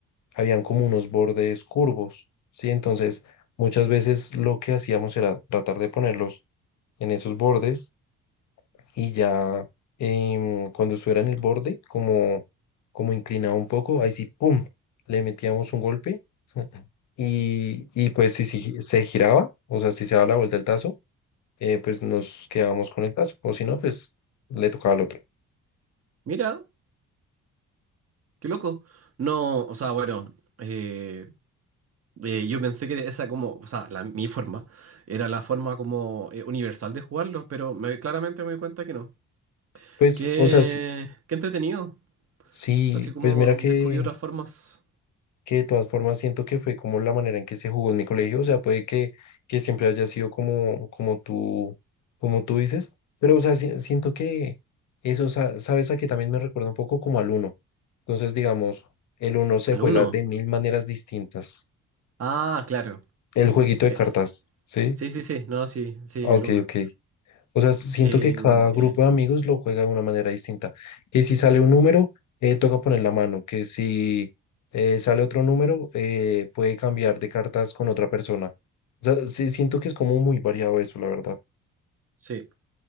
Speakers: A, on the left; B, on the right.
A: habían como unos bordes curvos, ¿sí? Entonces, muchas veces lo que hacíamos era tratar de ponerlos en esos bordes y ya em, cuando estuviera en el borde, como, como inclinado un poco, ahí sí, ¡pum! Le metíamos un golpe <laughs> y, y pues si, si se giraba, o sea, si se daba la vuelta el tazo, eh, pues nos quedábamos con el tazo, o si no, pues le tocaba al otro.
B: Mira, qué loco. No, o sea, bueno, eh, eh, yo pensé que esa como, o sea, la- mi forma era la forma como eh, universal de jugarlo, pero me- claramente me di cuenta que no.
A: Pues,
B: Qué,
A: o sea, sí,
B: qué entretenido.
A: sí,
B: Así como
A: pues mira que,
B: descubrí otras formas.
A: que de todas formas siento que fue como la manera en que se jugó en mi colegio, o sea, puede que, que siempre haya sido como, como tú, como tú dices, pero o sea, si- siento que eso, sa- sabes, a que también me recuerda un poco como al uno, entonces digamos, el uno se
B: Al
A: juega
B: uno.
A: de mil maneras distintas,
B: Ah, claro.
A: el jueguito de
B: Eh,
A: cartas, ¿sí?
B: sí, sí, sí, no, sí, sí,
A: Ah,
B: el
A: Ok,
B: uno.
A: ok. O sea, siento
B: Eh,
A: que cada grupo
B: eh,
A: de amigos lo juega de una manera distinta. Que si sale un número, eh, toca poner la mano. Que si eh, sale otro número, eh, puede cambiar de cartas con otra persona. O sea, sí, siento que es como muy variado eso, la verdad.
B: sí,